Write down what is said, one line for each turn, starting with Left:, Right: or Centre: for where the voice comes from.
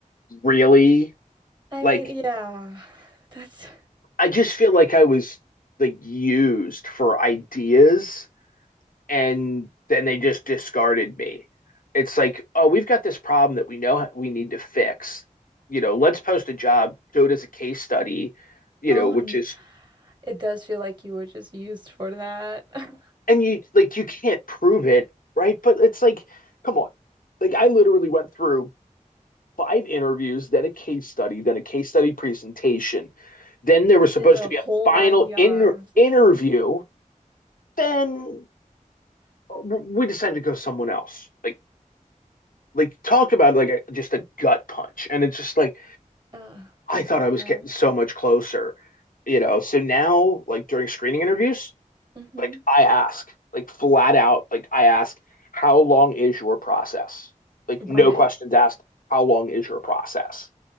Left: Really?
Right: I
Left: Like,
Right: mean, yeah. That's
Left: I just feel like I was like used for ideas and then they just discarded me. It's like, oh, we've got this problem that we know we need to fix. You know, let's post a job, do it as a case study, you
Right: oh,
Left: know, which
Right: n-
Left: is
Right: it does feel like you were just used for that. <laughs>
Left: and you like you can't prove it, right? But it's like, come on. Like I literally went through five interviews, then a case study, then a case study presentation. Then
Right: You
Left: there was
Right: did
Left: supposed
Right: a
Left: to be
Right: whole
Left: a final
Right: nine yards.
Left: in interview. Then we decided to go someone else. Like like talk about like a, just a gut punch. And it's just like
Right: Uh,
Left: I thought
Right: yeah.
Left: I was getting so much closer, you know. So now like during screening interviews,
Right: Mm-hmm.
Left: Like I ask, like flat out, like I ask, how long is your process? Like
Right: Right.
Left: no questions asked, how long is your process?